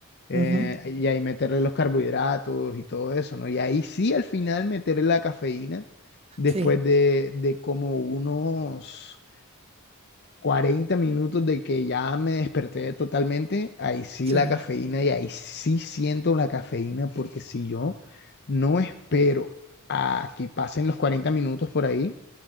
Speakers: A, on the left (about 50°); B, on the right (about 25°).
A: eh,
B: Ujú,
A: y ahí meterle los carbohidratos y todo eso, ¿no? Y ahí sí al final meterle la cafeína después
B: Sí,
A: de, de como unos 40 minutos de que ya me desperté totalmente, ahí sí
B: sí.
A: la cafeína y ahí sí siento la cafeína porque si yo no espero a que pasen los 40 minutos por ahí,